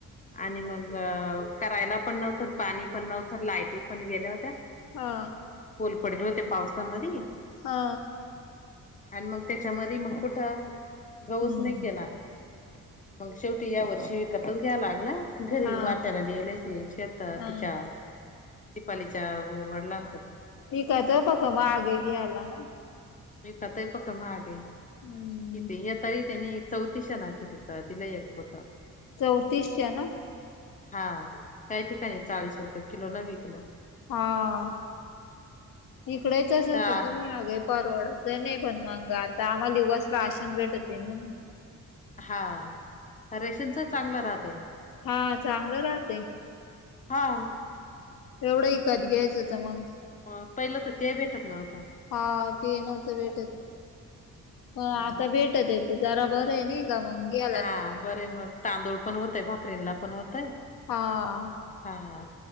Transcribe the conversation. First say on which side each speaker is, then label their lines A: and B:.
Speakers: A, on the left; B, on the left.
A: आणि मग करायला पण नव्हतं पाणी पण नव्हतं लायटी पण गेल्या होत्या.
B: हा,
A: पोल पडेल होते पावसामध्ये.
B: हा,
A: आणि मग त्याच्यामध्ये मग कुठं गहूच
B: हम्म
A: नाही केला आम्ही. मग शेवटी या वर्षी विकतच घ्यायला लागला घरी
B: हा
A: वाट्याला. गेले ते शेतात
B: हा
A: तिच्या दिपालीच्या वडलांना कडूनच..
B: ठीक तय फक मग आगे घ्यायला ना.
A: दीपाताई पक्कं महागय.
B: हम्म <inaudible>
A: किती हे तरी त्यांनी चौतीसशे ना कि तिक दिलंय एक पोतं.
B: चौतीसशेला.
A: हा काही ठिकाणी चाळीस रुपये किलो न विकलं.
B: हा इकड ही तसच
A: हा
B: का महाग आहेत. परवडत नाही पण मग आता आम्हाला युगसला राशेच
A: एक
B: भेटत म्हणन.
A: हा रेशनच चांगलं राहते ना.
B: हा चांगलं राहते
A: हां,
B: एवढं इकत घ्यायचं त मग.
A: मग, पहिलं तर ते भेटत नव्हतं.
B: हा ते नव्हत भेटत, पण
A: हा.
B: आता भेटतय तर जरा बरंय नाय जा मंग गे
A: हा बरंय मग, तांदूळ पण होतय, भाकरींनला पण होतय.
B: हा
A: हां